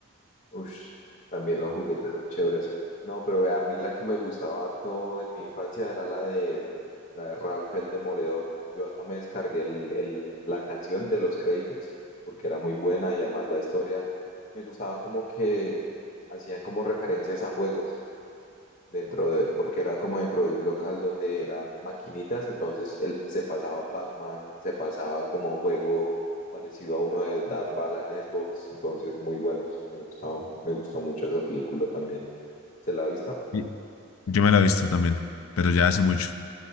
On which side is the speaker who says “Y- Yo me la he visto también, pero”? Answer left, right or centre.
Left